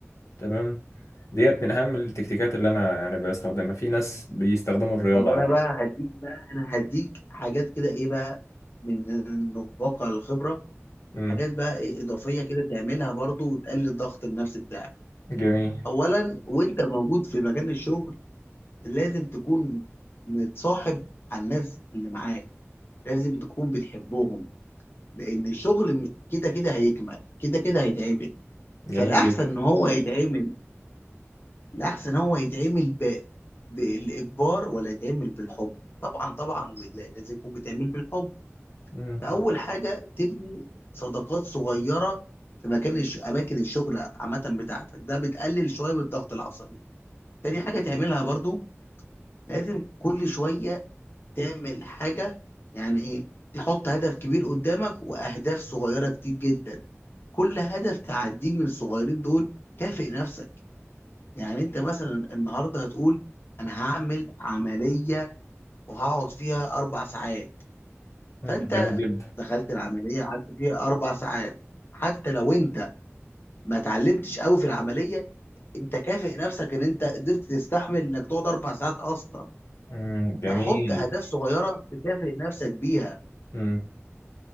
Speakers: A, on the left; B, on the left.
A: تمام ديت من أهم التكتيكات اللي أنا يعني بستخدمها في ناس بيستخدموا الرياضة
B: طب انا
A: على فكرة
B: بقى هديك بقى انا هديك حاجات كده ايه بقى من واقع الخبره
A: مم.
B: حاجات بقى إيه اضافيه كده تعملها برضو وتقلل الضغط النفسي بتاعك
A: جميل
B: اولا وانت موجود في مكان الشغل لازم تكون متصاحب على الناس اللي معاك لازم تكون بتحبهم لان الشغل م- كده كده هيكمل كده كده هيتعمل
A: جميل
B: فالاحسن
A: جدا
B: ان هو يتعمل الاحسن هو يتعمل ب... بالاجبار ولا يتعمل بالحب طبعا طبعا لازم يكون بتعمل بالحب
A: مم.
B: فاول حاجه تبني صداقات صغيره في مكان الش... اماكن الشغل عامه بتاعتك ده بتقلل شويه من الضغط العصبي تاني حاجه تعملها برضو لازم كل شويه تعمل حاجه يعني ايه تحط هدف كبير قدامك واهداف صغيره كتير جدا كل هدف تعديه من الصغيرين دول كافئ نفسك يعني انت مثلا النهارده هتقول انا هعمل عمليه وهقعد فيها اربع ساعات
A: مم.
B: فانت
A: جميل جدا
B: دخلت العمليه قعدت فيها اربع ساعات حتى لو انت ما اتعلمتش قوي في العمليه انت كافئ نفسك ان انت قدرت تستحمل انك تقعد اربع ساعات اصلا
A: مم. جميل
B: فحط اهداف صغيره تكافئ نفسك بيها
A: مم.